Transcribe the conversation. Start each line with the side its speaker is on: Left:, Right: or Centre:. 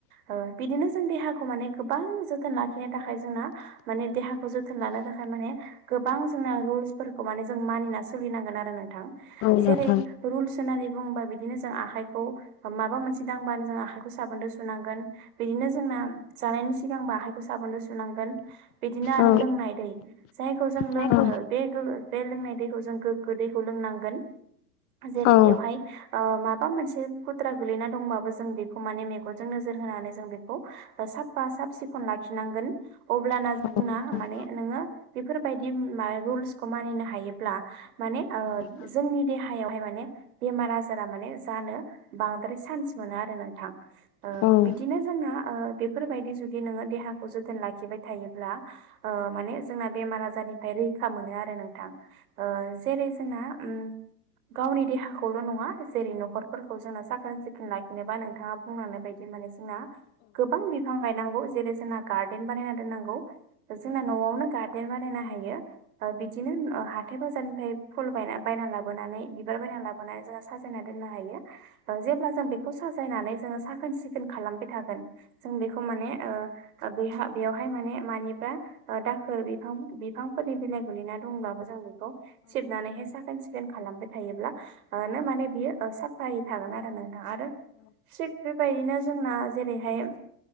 Right: ओ बिदिनो जों देहा खौ माने गोबां जोथोन लाखिनो थाखाय जोंना माने देहाखौ जो थोन लानो थाखाय माने गोबां जों रुल्सफोरखौ माने जों मानिना सोलिनांगोन आरो नोंथां
Left: औ नोंथां
Right: जेरै रुल्स होननानै बुङोबा बिदिनो जों आखाइखौ माबा मोनसे दांबानो जों आखाइ आखाइखौ साबोन जों सुनांगोन बिदिनो जोंना जानायनि सिगांबो आखाइखौ साबोनजों सुनांगोन बिदिनो आरो
Left: औ
Right: लोंनाय दै जायखौ जों लोंनो
Left: औ
Right: बे गोगो बे लोंनाय दैखौ जों गोग्गो दैखौ लोंनांगोन जेरै
Left: औ
Right: बेवहाय ओ माबा मोनसे खुद्रा गोलैना दंबाबो जों बेखौ माने मेगनजों नोजोर होनानै जों बेखौ साफा साब सिखोन लाखिनांगोन अब्लाना
Left: औ
Right: जोंना
Left: औ नोंथां
Right: माने
Left: औ
Right: नोङो बेफोरबायदि मा रुल्सखौ मानिनो हायोब्ला माने ओ
Left: औ
Right: जोंनि देहायावहाय माने बेमार आजारा माने जानो बांद्राय सान्स मोनो आरो नोंथां ओ
Left: औ नोंथां औ नोंथां औ नोंथां औ नोंथां औ
Right: बिदिनो
Left: औ
Right: जोंना ओ बेफोरबायदि जुदि नोङो देहाखौ जोथोन लाखिबाय थायोब्ला ओ माने जोंना बेमार आजारनिफ्राय रैखा मोनो आरो नोंथां ओ जेरै जोंहा ओम गावनि देहाखौल' नङा जेरै न'खरफोरखौ जोंना साखोन सिखोन लाखिनोबा नोंथाङा बुंनानै बायदि माने जोंना गोबां बि बिफां गायनांगौ जेरै जोंना गार्डन बानायना दोननांगौ जोंना न'आवनो गार्डन बानायनो हायो ओ बिदिनो ओ हाथाय बाजारनिफ्राय फु बायना बायना लाबोनानै बिबार बायना लाबो बोनानै जोङो साजायना दोननो हायो ओं जेब्ला जों बेखौ साजायनानै जोङो साखोन सिखोन खालामबाय थागोन जों बेखौ माने ओ बे ओ बेयावहाय माने मानि फ्रा दाखोर बिफां बिफांफोरनि बिलाइ गोलैना दंब्लाबो जों खौ सिबनानैहाय साखोन सिखोन खालामबाय थायोब्ला ओ नो माने बियो ओ साफायै थागोन आरो नोंथां आरो सिब बेबायदिनो जोंना जेरैहाय